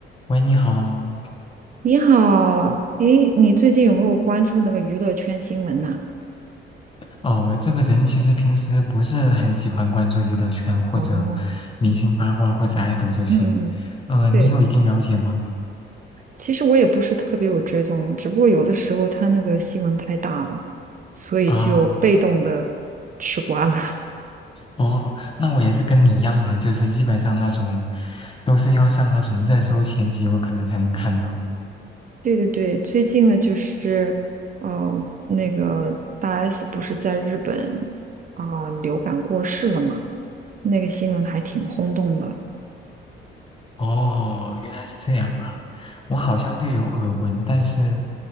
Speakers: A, on the left (about 25°); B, on the right (about 40°).
A: 喂，你好。
B: 你好，诶，你最近有没有关注那个娱乐圈新闻呐、
A: 哦，我这个人其实平时不是很喜欢关注娱乐圈或者明星八卦或者爱豆这些。
B: 哦，嗯嗯嗯，
A: 呃，你有一定了解吗？
B: 对，其实我也不是特别有追踪，只不过有的时候他那个新闻太大了，所以就被动的
A: 啊，
B: 吃瓜了。<laughs>
A: 哦，那我也是跟你一样的，就是基本上那种都是要上那种热搜前几，我可能才能看到。
B: 对对对，最近呢就是，哦、那个大 S 不是在日本啊、流感过世了嘛，那个新闻还挺轰动的。
A: 哦，原来是这样啊。我好像略有耳闻，但是